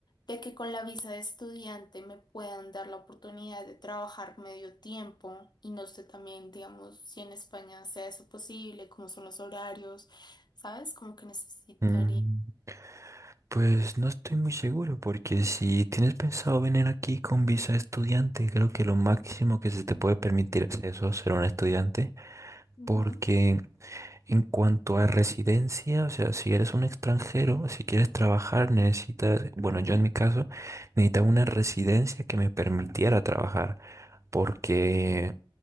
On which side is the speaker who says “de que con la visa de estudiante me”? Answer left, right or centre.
Left